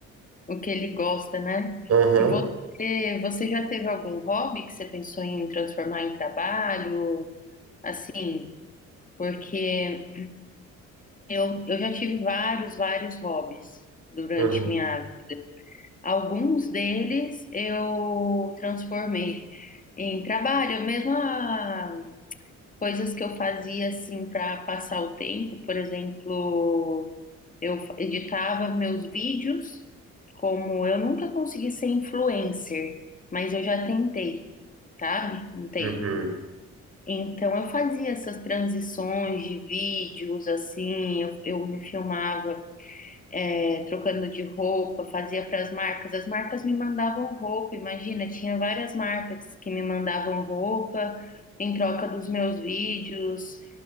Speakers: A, on the left; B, on the right.
A: o que ele gosta, né?
B: Aham.
A: E Você, você já teve algum hobby que você pensou em transformar em trabalho? Assim, porque eu, eu já tive vários, vários hobbies durante
B: Uhum.
A: minha Alguns deles eu transformei em trabalho, mesmo a- coisas que eu fazia assim para passar o tempo, por exemplo, eu fa- editava meus vídeos, como eu nunca consegui ser influencer, mas eu já tentei, sabe? Um tempo.
B: Uhum.
A: Então eu fazia essas transições de vídeos assim, eu, eu me filmava é, trocando de roupa, fazia para as marcas. As marcas me mandavam roupa, imagina, tinha várias marcas que me mandavam roupa em troca dos meus vídeos